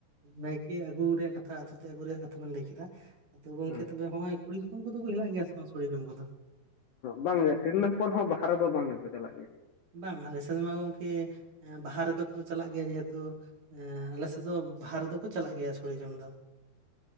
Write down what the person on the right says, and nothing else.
ᱱᱟᱭᱠᱮ ᱟᱹᱜᱩ ᱨᱮᱭᱟᱜ ᱠᱟᱛᱷᱟ ᱟᱹᱛᱩ ᱛᱮ ᱟᱹᱜᱩ ᱨᱮᱭᱟᱜ ᱠᱟᱛᱷᱟ ᱵᱤᱱ ᱞᱟᱹᱭ ᱠᱮᱫᱟ᱾ ᱟᱫᱚ ᱜᱚᱝᱠᱮ
ᱛᱚᱵᱮ ᱱᱚᱜᱼᱚᱭ ᱠᱩᱲᱤ ᱦᱚᱯᱚᱱ ᱠᱚᱫᱚ ᱠᱚ ᱦᱮᱱᱟᱜ ᱜᱮᱭᱟ ᱥᱮ ᱵᱟᱝ ᱥᱚᱲᱮ ᱡᱚᱢ ᱠᱚᱫᱚ
ᱵᱟᱝ ᱟᱞᱮ ᱥᱮᱫ ᱢᱟ ᱜᱚᱢᱠᱮ ᱵᱟᱦᱟ ᱨᱮᱫᱚ ᱠᱚ ᱪᱟᱞᱟᱜ ᱜᱮᱭᱟ ᱡᱮᱦᱮᱛᱩ᱾ ᱟᱞᱮ ᱥᱮᱫ ᱫᱚ ᱵᱟᱦᱟ ᱨᱮᱫᱚ ᱠᱚ ᱪᱟᱞᱟᱜ ᱜᱮᱭᱟ ᱥᱚᱲᱮ ᱡᱚᱢ ᱫᱚ᱾